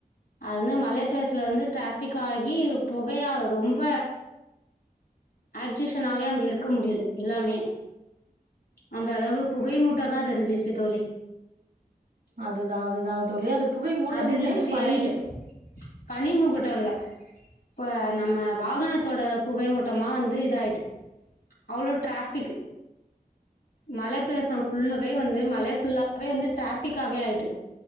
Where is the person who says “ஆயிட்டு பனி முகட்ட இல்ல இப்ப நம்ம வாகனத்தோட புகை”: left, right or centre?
Left